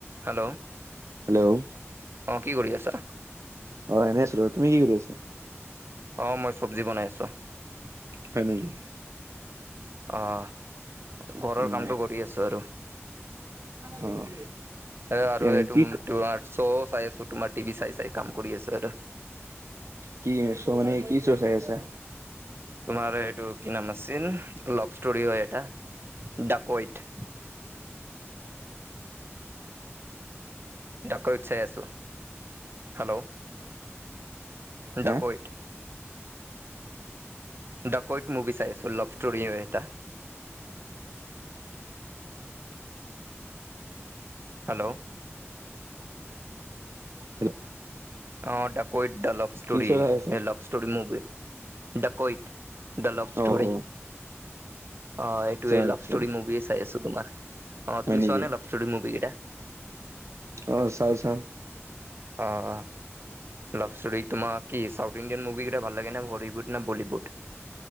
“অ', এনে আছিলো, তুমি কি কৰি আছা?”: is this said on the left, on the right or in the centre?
Right